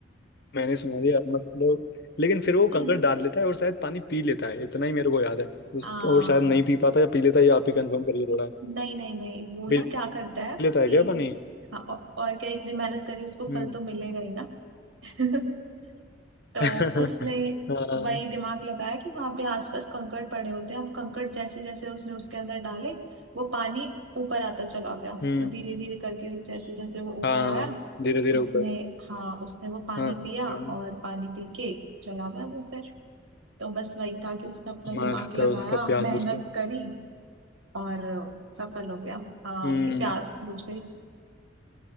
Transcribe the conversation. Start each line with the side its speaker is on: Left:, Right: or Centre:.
Left: मैंने सुना
Right: <laughs>
Left: दिया मतलब लेकिन फिर वो कंकड़
Right: हम्म।
Left: डाल लेता है और शायद पानी पी लेता है इतना ही मेरे को याद है उसका
Right: हाँ
Left: और शायद नहीं पी पाता या पी लेता है ये आप ही कंफर्म करिए थोड़ा
Right: नहीं नहीं नहीं वो ना
Left: पी
Right: क्या करता है
Left: लेता है
Right: कि
Left: क्या पानी
Right: हाँ, औ- और क्या इतनी मेहनत करी उसको
Left: हम्म
Right: फल तो मिलेगा ही ना <laughs> तो
Left: <laughs>
Right: उसने
Left: हाँ
Right: वही दिमाग लगाया कि वहां पे आसपास कंकड़ पड़े होते हैं अब कंकड़ जैसे जैसे उसने उसके अंदर डाले वो पानी ऊपर आता चला गया
Left: हम्म
Right: तो धीरे धीरे करके जैसे जैसे वो ऊपर
Left: हाँ
Right: आया
Left: धीरे धीरे
Right: उसने
Left: ऊपर
Right: हाँ उसने वो पानी
Left: हाँ
Right: पिया
Left: हाँ
Right: और पानी पी के चला गया वो फिर तो बस वही था कि उसने अपना दिमाग
Left: मस्त
Right: लगाया
Left: है उसका प्यास
Right: मेहनत
Left: बुझ गया
Right: करी और सफल हो गया हाँ
Left: हम्म
Right: उसकी प्यास बुझ गई